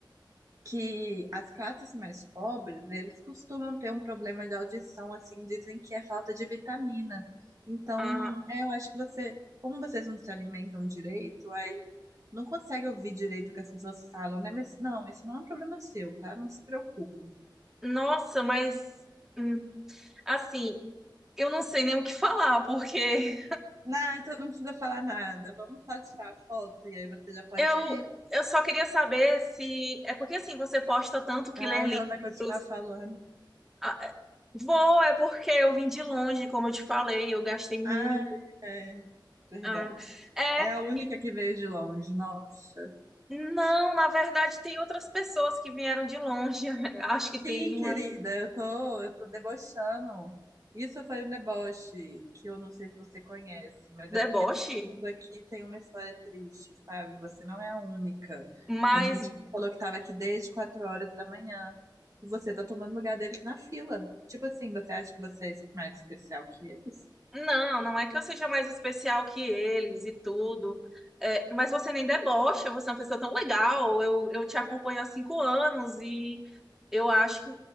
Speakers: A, on the right (about 45°); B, in the centre.
A: que as classes mais pobres, eles costumam ter um problema de audição, assim, dizem que é falta de vitamina. Então,
B: Ah,
A: é, eu acho que você, como vocês não se alimentam direito, aí não consegue ouvir direito o que as pessoas falam, né? Mas não, isso não é um problema seu, tá? Não se preocupa.
B: nossa, mas hum, assim, eu não sei nem o que falar, porque
A: Ah, então não precisa falar nada. Vamos só tirar a foto e aí você já pode
B: eu,
A: ir.
B: eu só queria saber se. É porque assim, você posta tanto que
A: Ai,
B: lê livros.
A: ela vai continuar falando.
B: Ah, vou, é porque eu vim de longe, como eu te falei, eu gastei muito.
A: Ai, é verdade.
B: Ah, é.
A: É a única
B: e-
A: que veio de longe, nossa.
B: Não, na verdade, tem outras pessoas que vieram de longe. <laughs> Acho que
A: Sim,
B: tem
A: querida,
B: umas
A: eu tô, eu tô debochando. Isso foi um deboche que eu não sei se você conhece, mas é
B: deboche.
A: porque todo mundo aqui tem uma história triste, sabe? Você não é a única.
B: Mas
A: Tem gente que falou que tava aqui desde quatro horas da manhã e você tá tomando lugar deles na fila. Tipo assim, você acha que você é mais especial que eles?
B: não, não é que eu seja mais especial que eles e tudo. É, mas você nem debocha, você é uma pessoa tão legal. Eu, eu te acompanho há cinco anos e eu acho que,